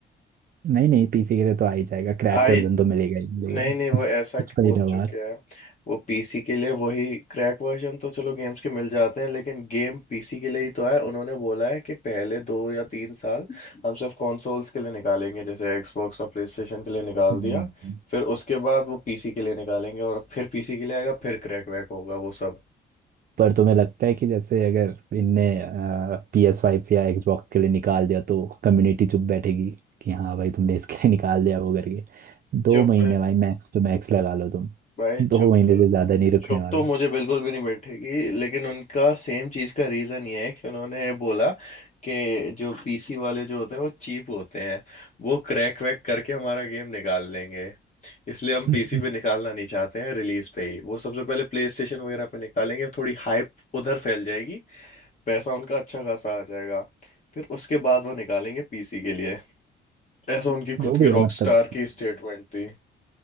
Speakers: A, on the right; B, on the left.
A: नहीं नहीं पीसी के लिए तो आ ही जाएगा क्रैक
B: आई
A: वर्जन तो मिलेगा ही मिलेगा
B: नहीं नहीं वो
A: <laughs>
B: ऐसा
A: कुछ महीना
B: बोल
A: बाद
B: चुके हैं वो पीसी के लिए वही क्रैक वर्जन तो चलो गेम्स के मिल जाते हैं लेकिन गेम पीसी के लिए ही तो है उन्होंने बोला है कि पहले दो या तीन साल हम सिर्फ कंसोल्स के लिए निकालेंगे जैसे एक्सबॉक्स और प्लेस्टेशन के लिए निकाल
A: हम्म,
B: दिया फिर उसके बाद वो पीसी के लिए निकालेंगे और फिर पीसी के लिए आएगा फिर क्रैक वैक होगा वो सब
A: पर तुम्हें लगता है कि जैसे अगर इनने पी एस फाइव या Xbox के लिए निकाल दिया तो कम्युनिटी चुप बैठेगी कि हाँ भाई तुमने इसके लिए निकाल दिया वो करके दो
B: चुप
A: महीने भाई मैक्स टू मैक्स लगा लो तुम
B: भाई
A: दो
B: चुप
A: महीने
B: तो
A: से ज़्यादा नहीं रुकने
B: चुप
A: वाला
B: तो मुझे बिल्कुल भी नहीं बैठेगी लेकिन उनका सेम चीज का रीजन ये है कि उन्होंने बोला कि जो पीसी वाले जो होते हैं वो चीप होते हैं वो क्रैक वैक करके हमारा गेम निकाल लेंगे इसलिए
A: <laughs>
B: हम पीसी पे निकालना नहीं चाहते हैं रिलीज पे ही वो सबसे पहले प्ले स्टेशन वगैरह पे निकालेंगे थोड़ी हाइप उधर फैल जाएगी पैसा उनका अच्छा खासा आ जाएगा फिर उसके बाद वो निकालेंगे पीसी के लिए ऐसा उनकी
A: जो
B: खुद की
A: भी
B: रॉकस्टार
A: है मतलब
B: की स्टेटमेंट थी